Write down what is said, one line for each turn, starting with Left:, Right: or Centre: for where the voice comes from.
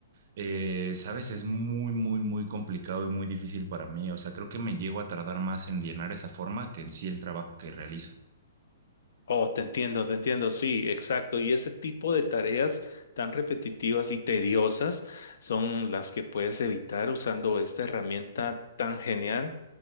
Right: eh, ¿sabes? Es muy, muy, muy complicado y muy difícil para mí. O sea, creo que me llego a tardar más en llenar esa forma que en sí el trabajo que realizo.
Left: Oh, te entiendo, te entiendo, sí, exacto. Y ese tipo de tareas tan repetitivas y tediosas son las que puedes evitar usando esta herramienta tan genial